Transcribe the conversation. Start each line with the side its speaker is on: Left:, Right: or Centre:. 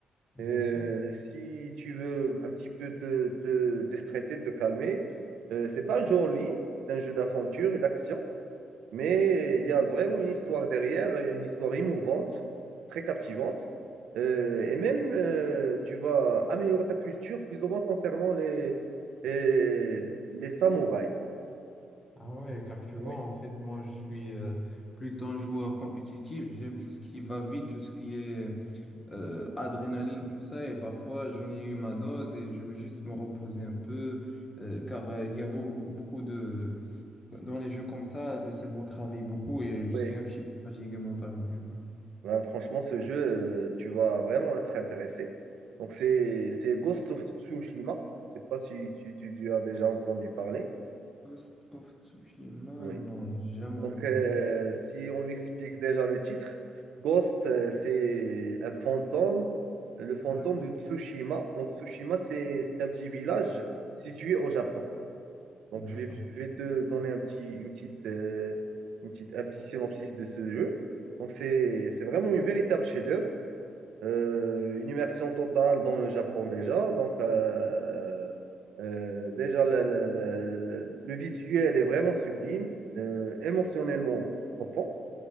Left: bien
Right: euh,
Left: sûr.
Right: si tu veux un petit peu te, te déstresser, te calmer, euh, c'est pas un jeu en ligne, c'est un jeu d'aventure et d'action. Mais il y a vraiment une histoire derrière, une histoire émouvante, très captivante. Euh, et même, euh, tu vas améliorer ta culture plus ou moins concernant les, euh, les samouraïs.
Left: Ah ouais, car tu vois,
Right: Ouais,
Left: en fait, moi, je suis euh, plutôt un joueur compétitif. J'aime tout ce qui va vite, tout ce qui est euh, adrénaline, tout ça. Et parfois, j'en ai eu ma dose et je veux juste me reposer un peu, euh, car euh, il y a beau- beaucoup de... Dans les jeux comme ça, le cerveau travaille beaucoup et je
Right: ouais.
Left: suis un petit peu fatigué mentalement, tu vois.
Right: Ouais, franchement, ce jeu, euh, tu vas vraiment être intéressé. Donc, c'est c'est Ghost of Tsushima. Je sais pas si tu, tu- tu as déjà entendu parler.
Left: Ghost of Tsushima,
Right: Oui.
Left: non, j'ai jamais
Right: Donc,
Left: entendu
Right: euh,
Left: parler.
Right: si on explique déjà le titre, Ghost, euh, c'est un fantôme, le fantôme
Left: Ouais.
Right: de Tsushima. Donc, Tsushima, c'est c'est un petit village situé au Japon. Donc,
Left: D'accord.
Right: je vais, je vais te donner un petit, une petite, euh, une petite, un petit synopsis de ce jeu. Donc, c'est c'est vraiment une véritable chef-d'œuvre euh, une immersion totale dans le Japon déjà. Donc, euh, euh, déjà, le, le- le- le- le visuel est vraiment sublime, euh, émotionnellement profond.